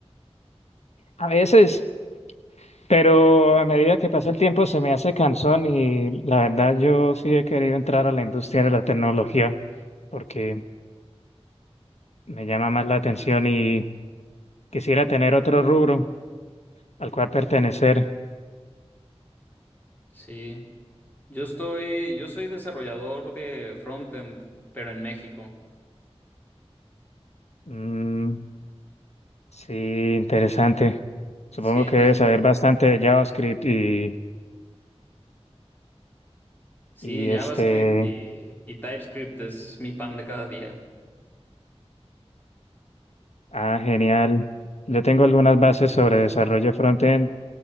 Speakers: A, on the left (about 80°); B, on the left (about 15°).
A: A veces, pero a medida que pasa el tiempo se me hace cansón y la verdad yo sí he querido entrar a la industria de la tecnología porque me llama más la atención y quisiera tener otro rubro al cual pertenecer.
B: Sí. Yo estoy, yo soy desarrollador de frontend, pero en México.
A: Mm, sí, interesante. Supongo
B: Sí, entonces,
A: que debes saber bastante de JavaScript y,
B: sí,
A: y
B: JavaScript
A: este,
B: y, y TypeScript es mi pan de cada día.
A: ah, genial. Yo tengo algunas bases sobre desarrollo frontend.